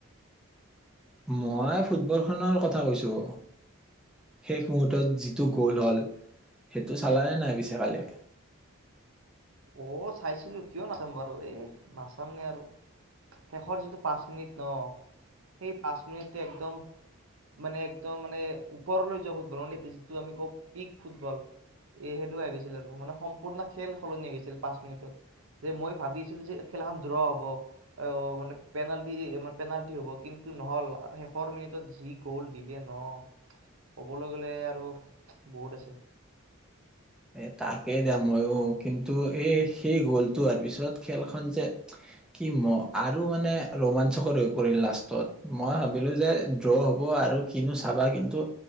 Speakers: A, in the centre; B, on the right.
A: মই ফুটবলখনৰ কথা কৈছোঁ। শেষ মূহুৰ্তত যিটো গ'ল হ'ল সেইটো চাল নে নাই পিছে কালি?
B: অ চাইছিলো কিয় নাচাম বাৰু এ নাচামনে আৰু শেষৰ যিটো পাঁচ মিনিট ন সেই পাঁচ মিনিট একদম মানে একদম মানে ওপৰলৈ যোৱা ফুটবল মানে যিটো আমি কওঁ পিক ফুটবল এ সেইটো হৈ গৈছিল আৰু মানে সম্পূৰ্ণ খেল সলনি হৈ গৈছিল। পাঁচ মিনিটত যে মই ভাবিছিলো যে খেলখন দ্ৰ হ'ব মানে পেনাল্টি -পেনাল্টি হ'ব কিন্তু নহল শেষৰ মিনিটত যি গ'ল দিলে ন ক'বলৈ গলে আৰু বহুত আছে।
A: এ তাকেই দিয়া মইয়ো কিন্তু এই সেই গ'লটো হোৱাৰ পিছত খেলখন যে কি ম আৰু মানে ৰোমাঞ্চকৰ হৈ পৰিল লাষ্টত মই ভাবিলো যে ড্ৰ হ'ব আৰু কিনো চাবা কিন্তু